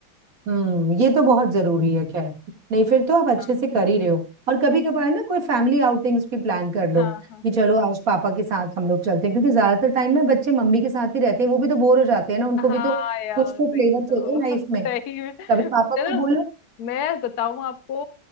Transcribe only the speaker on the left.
हाँ।
हाँ हाँ
हाँ
यार
वही
तो
<laughs> सही
में
चलो
मैं बताऊं आपको